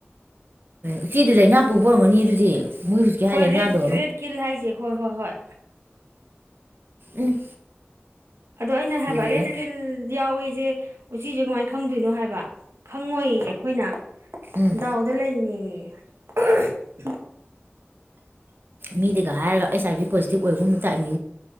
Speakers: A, on the right; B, on the right.
A: ꯎꯆꯤꯗꯨ ꯂꯩꯅꯥ ꯄꯨꯕ ꯑꫭꯔꯝꯒꯅꯤ ꯑꯗꯨꯗꯤ꯫ ꯃꯣꯏ ꯍꯧꯖꯤꯛꯀꯤ ꯍꯥꯏ
B: ꯍꯣꯏ
A: ꯂꯥꯏꯅꯥꯗꯣ
B: ꯔꯦꯠ ꯔꯦꯠ ꯀꯤꯜ ꯍꯥꯏꯁꯦ ꯍꯣꯏ ꯍꯣꯏ ꯍꯣꯏ꯫
A: ꯎꯝ
B: ꯑꯗꯣ ꯑꯩꯅ ꯍꯥꯏꯕ
A: ꯂꯣꯏꯔꯦ
B: ꯔꯦꯗ ꯀꯤꯜ ꯌꯥꯎꯋꯁꯦ ꯎꯆꯤꯁꯦ ꯀꯃꯥꯏꯅ ꯈꯪꯗꯣꯏꯅꯣ ꯍꯥꯏꯕ ꯈꯪꯉꯣꯏꯌ ꯡꯦ ꯑꯈꯣꯏꯅ
A: ꯎꯝ
B: ꯗꯥꯎꯗ ꯂꯩꯅꯤꯌꯦ꯫ <unintelligible>
A: ꯃꯤꯗꯨꯒ ꯍꯥꯏꯔꯒ ꯑꯩꯁ ꯑꯥꯏ ꯕꯤ ꯄꯣꯖꯤꯇꯤꯚ ꯑꯣꯏꯕ ꯖꯥꯠꯅꯤ